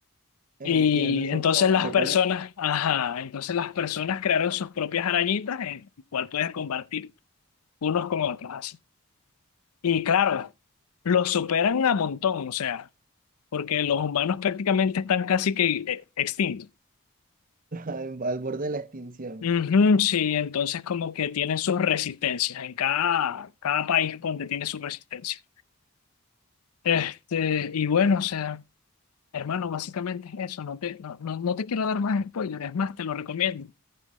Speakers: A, on the right (about 35°); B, on the left (about 85°).
A: Entiendo,
B: Y
A: son
B: entonces
A: como mente
B: las personas,
A: <laughs>
B: ajá, entonces las personas crearon sus propias arañitas en el cual puedes combatir unos con otros, así. Y claro, los superan a montón, o sea. porque los humanos prácticamente están casi que eh, extintos.
A: al al borde de la extinción.
B: Ujú, sí, entonces como que tienen sus resistencias, en cada, cada país donde tiene su resistencia. Este, y bueno, o sea, hermano, básicamente es eso, no te, no, no, no te quiero dar más spoilers, es más, te lo recomiendo.